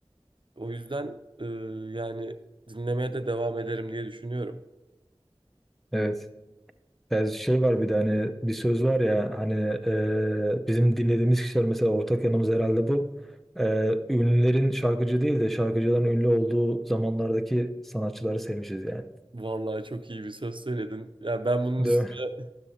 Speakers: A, on the right; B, in the centre.
A: O yüzden e, yani dinlemeye de devam ederim diye düşünüyorum.
B: Evet. Yani şey var bir de hani bir söz var ya hani e, bizim dinlediğimiz kişiler mesela ortak yanımız herhalde bu. E, ünlülerin şarkıcı değil de şarkıcıların ünlü olduğu zamanlardaki sanatçıları sevmişiz yani.
A: Vallahi çok iyi bir söz söyledin. Ya ben bunun
B: Değil
A: üstüne
B: mi?